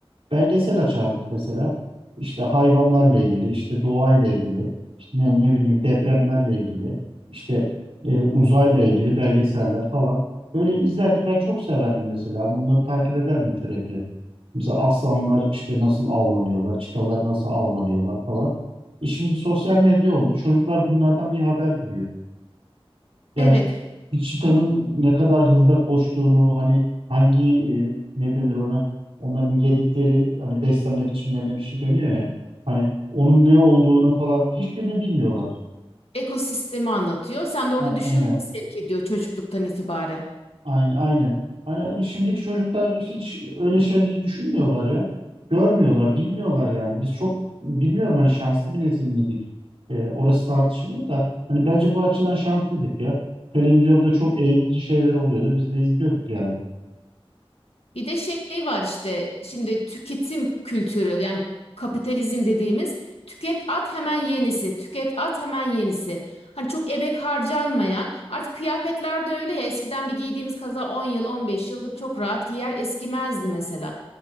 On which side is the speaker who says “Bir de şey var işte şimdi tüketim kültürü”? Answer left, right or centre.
Left